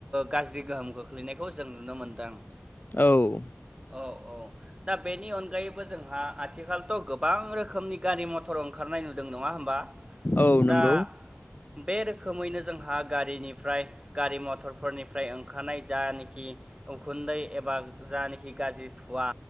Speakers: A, on the right; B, on the left.
A: गाज्रि गोहोम खोख्लैनायखौ जों नुनो मोनदों। द
B: औ।
A: औ औ दा बेनि अनगायैबो जोंहा आथिखालथ' गोबां रोखोमनि गारि मथर ओंखारनाय नुदों नङा होनोमबा?
B: औ
A: दा
B: नंगौ
A: बे रोखोमैनो जोंहा गारिनिफ्राय। गारि मथरफोरनिफ्राय ओंखारनाय जानखि। उखुन्दै एबा जान हि गाज्रि थुवा।